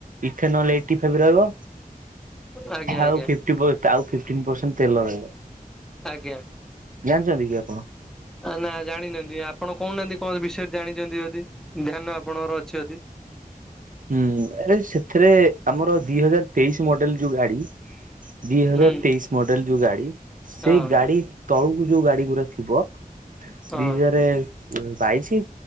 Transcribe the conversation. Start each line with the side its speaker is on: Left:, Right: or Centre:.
Right: ଇଥେନଲ୍ ଏଇଟି ଫାଇବ ରହିବ।
Centre: ଆଜ୍ଞା ଆଜ୍ଞା
Right: ଆଉ ଫିଫ୍ଟି ପ ଆଉ ଫିପ୍ଟିନ ପରସେଣ୍ଟ ତେଲ ରହିବ।
Centre: ଆଜ୍ଞା।
Right: ଜାଣିଛନ୍ତି କି ଆପଣ।
Centre: ଆ ନା ଜାଣିନାହାନ୍ତି ଆପଣ କହୁନାହାନ୍ତି କଁ ଏ ବିଷୟରେ ଜାଣିଛନ୍ତି ଯଦି ଧ୍ୟାନ ଆପଣଙ୍କର ଅଛି ଯଦି।
Right: ହୁଁ ଆରେ ସେଥେରେ ଆମର ଦି ହଜାର ତେଇଶି ମଡେଲ ଯୋଉ ଗାଡି। ଦି ହଜାର
Centre: ହୁଁ
Right: ତେଇଶ ମଡେଲ ଯୋଉ ଗାଡି ସେ
Centre: ହଁ
Right: ଗାଡି। ତଳୁକୁ ଯୋଉ ଗାଡି ଗୁରା ଥିବ ଦି
Centre: ହଁ।
Right: ହଜାରେ। ବାଇଶି,